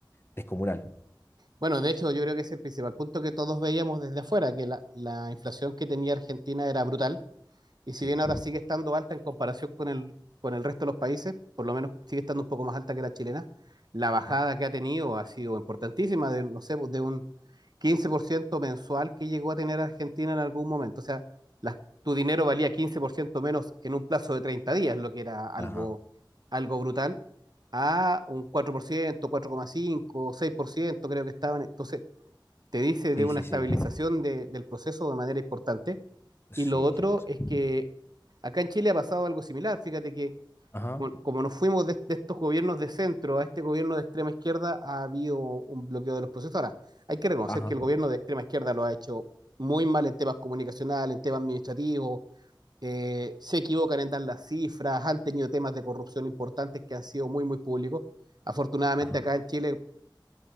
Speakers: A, on the left (about 30°); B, on the right (about 55°).
A: descomunal.
B: Bueno, de hecho, yo creo que ese es el principal punto que todos veíamos desde afuera, que la, la inflación que tenía Argentina era brutal Y si
A: Sí.
B: bien ahora sigue estando alta en comparación con el, con el resto de los países, por lo menos sigue estando un poco más alta que la chilena, la
A: Ajá.
B: bajada que ha tenido ha sido importantísima, de, no sé, de un 15% mensual que llegó a tener Argentina en algún momento. O sea, la, tu dinero valía 15% menos en un plazo de 30 días, lo que era algo,
A: Ajá.
B: algo brutal, a un cuatro cuatro por ciento, cuatro coma cinco, seis por ciento, creo que estaban. Entonces, te dice
A: Sí,
B: de una
A: sí,
B: estabilización
A: sí.
B: de, del proceso de manera importante
A: Sí,
B: y lo otro
A: 100%.
B: es que acá en Chile ha pasado algo similar. Fíjate que
A: Ajá.
B: como, como nos fuimos de, de estos gobiernos de centro a este gobierno de extrema izquierda, ha habido un bloqueo de los procesos. Ahora, hay que reconocer
A: Ajá.
B: que el gobierno de extrema izquierda lo ha hecho muy mal en temas comunicacionales, en temas administrativos, eh, se equivocan en dar las cifras, han tenido temas de corrupción importantes que han sido muy, muy públicos. Afortunadamente
A: Ajá.
B: acá en Chile,